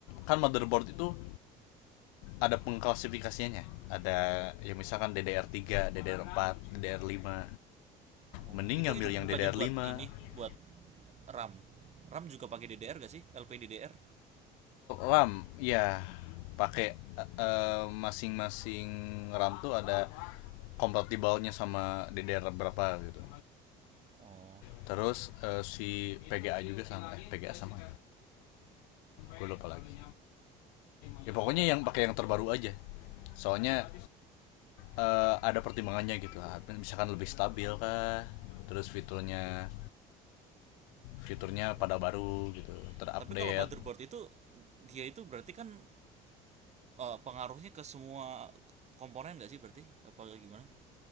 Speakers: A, on the left; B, on the right.
A: kan motherboard itu ada pengklasifikasiannya ada ya misalkan DDR3, DDR4, DDR5
B: Oh,
A: mending
B: itu
A: ngambil
B: itu bukannya
A: yang DDR5
B: buat ini,
A: R- lima.
B: buat RAM. RAM juga pakai DDR gak sih? LPDDR.
A: RAM ya pakai eh, eh, masing-masing RAM tuh ada kompatibelnya sama DDR berapa gitu
B: Oh.
A: Terus eh, si PGA juga sama eh PGA sama. Gue lupa lagi. Ya pokoknya yang pakai yang terbaru aja. Soalnya eh, ada pertimbangannya gitu. Ah, Misalkan lebih stabil kah? Terus fiturnya fiturnya
B: Oke
A: pada
B: oke.
A: baru gitu, terupdate.
B: Tapi kalau motherboard itu dia itu berarti kan eh, pengaruhnya ke semua komponen gak sih berarti? Apa gimana?